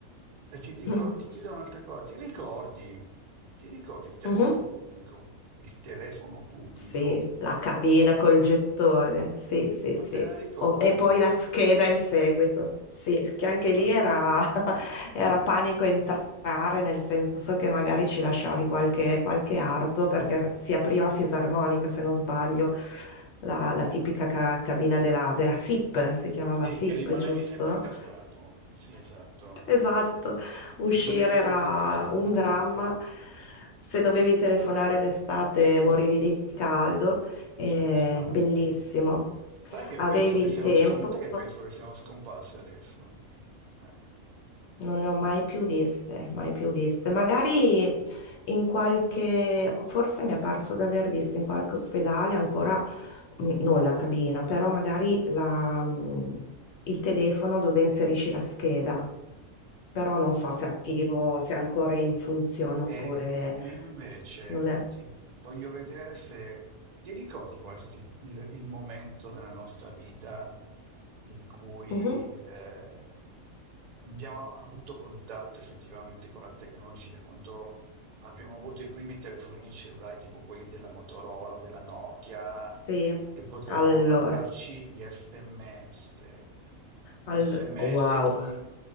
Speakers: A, on the right (about 55°); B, on the left (about 65°).
A: e ti dico,
B: <clears throat>
A: ti chiedo un'altra cosa, ti ricordi, ti ricordi il telefono
B: Mhm.
A: pubblico? Il telefono pubblico,
B: Sì, la cabina col gettone, sì, sì,
A: ma
B: sì.
A: te la ricordi?
B: O- E poi la scheda in seguito, sì, che anche
A: Ma
B: lì era,
A: t-
B: <laughs> era panico entrare, nel senso che magari ci lasciavi qualche, qualche arto perché si apriva a fisarmonica, se non sbaglio, la, la tipica ca- cabina della, della SIP, si chiamava
A: sì,
B: SIP,
A: che rimanevi
B: giusto?
A: sempre incastrato. Sì, esatto.
B: Esatto, uscire
A: Rimanevi sempre
B: era
A: incastrato.
B: un dramma. Se dovevi telefonare d'estate morivi di caldo, Eh,
A: Sì, infatti.
B: bellissimo.
A: Sai che
B: Avevi
A: penso che
B: il
A: siano,
B: tempo,
A: scom- sai che penso che siano scomparse adesso? Eh.
B: non ne ho mai più viste, mai più viste. Magari in qualche, forse mi è parso di aver visto in qualche ospedale ancora, mm, non la cabina, però magari la, mm, il telefono dove inserisci la scheda. però non so se è attivo, se è ancora in funzione oppure
A: E, e invece
B: non è.
A: ti voglio vedere se ti ricordi qual è stato il, il- il momento nella nostra vita in cui
B: Mhm,
A: eh, abbiamo avuto contatto effettivamente con la tecnologia, quando abbiamo avuto i primi telefonini cellulari tipo quelli della Motorola, della Nokia,
B: Sì,
A: che potevamo
B: allora,
A: mandarci gli sms, gli
B: all-
A: sms
B: wow,
A: di